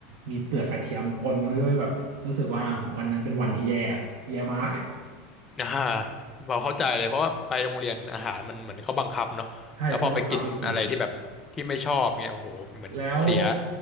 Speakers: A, on the right; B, on the left.
A: มีเปลือกกระเทียมปนเข้าด้วยแบบรู้สึกว่าวันนั้นเป็นวันที่แย่แย่มาก <laughs>
B: อ่าเราเข้าใจเลยเพราะว่าไปโรงเรียนอาหารมันเหมือนเขาบังคับเนาะแล้วพอไปกินอะไรที่แบบที่ไม่ชอบเงี้ยโอ้โหเหมือนเสีย
A: ใช่เขาบังคับให้กินแล้ว